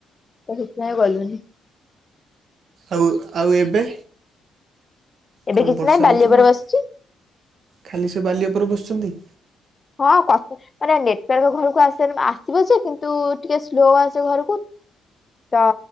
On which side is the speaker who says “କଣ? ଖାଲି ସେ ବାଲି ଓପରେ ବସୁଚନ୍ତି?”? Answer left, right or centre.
Right